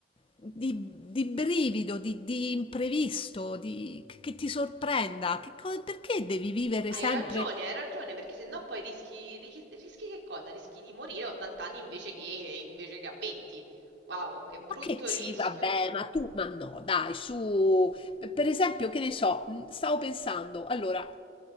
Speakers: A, on the left (about 30°); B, on the right (about 70°).
A: di, di brivido, di, di imprevisto, di, che, che ti sorprenda, che co- perché devi vivere
B: ma hai
A: sempre...
B: ragione, hai ragione, perché sennò poi rischi, rischi, rischi che cosa? Rischi di morire a 80 anni invece che, invece che a 20. Wow, che brutto
A: Ma che sì,
B: rischio!
A: vabbè, ma tu, ma no, dai, su, per esempio, che ne so, mh, stavo pensando, allora,